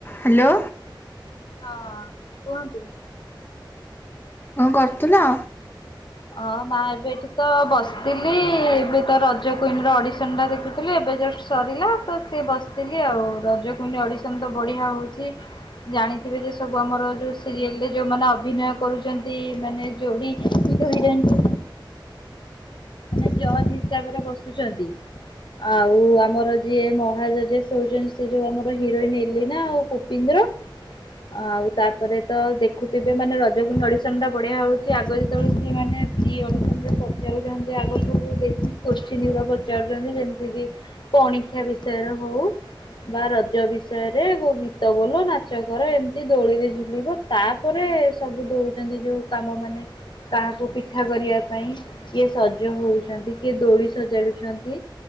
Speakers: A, on the left (about 25°); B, on the left (about 65°).
A: Hello.
B: ହଁ, କୁହନ୍ତୁ।
A: କଁ କରୁଥିଲ।
B: ଅ, ନା ଏବେ ଏଠି ତ ବସିଥିଲି। ଏବେ ତ ରଜ କୁଇନ ର ଅଡିସନ ଟା ଦେଖୁଥିଲି। ଏବେ ଜଷ୍ଟ ସରିଲା ତ ସିଏ ବସିଥିଲି ଆଉ। ରଜ କୁଇନ୍ ଅଡିସନ ତ ବଢିଆ ହଉଛି। ଜାଣିଥିବେ ଯେ ସବୁ ଆମର ଯୋଉ ସିରିଏଲରେ ଯୋଉମାନେ ଅଭିନୟ କରୁଛନ୍ତି ମାନେ ଯୋଡି। ଯୋଉ ହିରୋଇନ୍। ଜଜ ହିସାବରେ ବସୁଛନ୍ତି। ଆଉ ଆମର ଯିଏ ମହାଜଜେସ୍ ‌ସେ ହଉଛନ୍ତି ସେ ଯୋଉ ଆମର ହିରୋଇନ ଏଲିନା ଆଉ ପୁ ପିନ୍ଦର। ଆଉ ତାପରେ ତ ଦେଖୁଥିବେ ମାନେ ରଜକୁଇନ ଅଡିସନ୍ ଟା ବଢିଆ ହଉଛି ଆଗ ଯେତେବେଳେ ସେ ମାନେ। ପ୍ରି ଅଡିଶନ ରେ ପଚାରୁଛନ୍ତି ଆ ଯୋଉ ସବୁ ବେଶିକ କୋଶ୍ଚିନ୍ ଗୁରା ପଚାରୁଛନ୍ତି ଯେମିତି କି ପଣିଖିଆ ବିଷୟରେ ହଉ। ବା ରଜ ବିଷୟରେ କୋଉ ଗୀତ ବୋଲ ନାଚ କର ଏମିତି ଦୋଳିରେ ଝୁଲିବ। ତାପରେ ସବୁ ଦଉଛନ୍ତି ଯୋଉ କାମ ମାନେ। କାହାକୁ ପିଠା କରିବା ପାଇଁ ଇଏ ସଜ୍। ଜ ହଉଛନ୍ତି କିଏ ଦୋଳି ସଜାଡୁଛନ୍ତି।